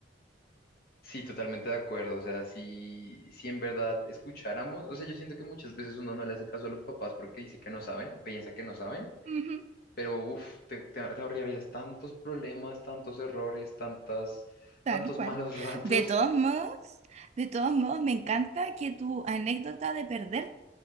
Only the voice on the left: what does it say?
sí, totalmente de acuerdo. O sea, si, si en verdad escucháramos, o sea, yo siento que muchas veces uno no le hace caso a los papás porque dice que no saben o piensa que no saben.
Pero uff, te, te- te ahorrarías tantos problemas, tantos errores, tantas,
tantos
malos ratos.